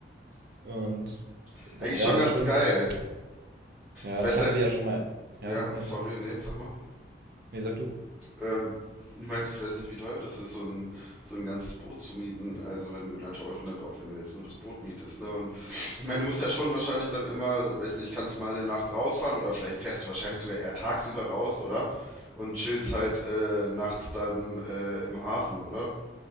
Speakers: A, on the right; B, in the centre.
A: Und
B: <laughs>
A: das
B: Eigentlich
A: wäre
B: schon
A: halt
B: ganz
A: schon,
B: geil.
A: ich, ja,
B: Ich
A: und
B: weiß
A: ich hatte
B: halt.
A: dir ja schon mal, ja,
B: Ja,
A: ja,
B: sorry,
A: sag.
B: nee, sag mal.
A: Nee, sag du.
B: Ähm, ich meinte, ich weiß nicht, wie teuer das ist, so ein, so ein ganzes Boot zu mieten. Also wenn du natürlich dann auch, wenn du jetzt nur das Boot mietest, ne? Und ich meine, du musst ja schon wahrscheinlich dann immer, weiß nicht, kannst mal eine Nacht rausfahren oder vielleicht fährst du wahrscheinlich sogar eher tagsüber raus, oder? Und chillst halt äh, nachts dann äh, im Hafen, oder?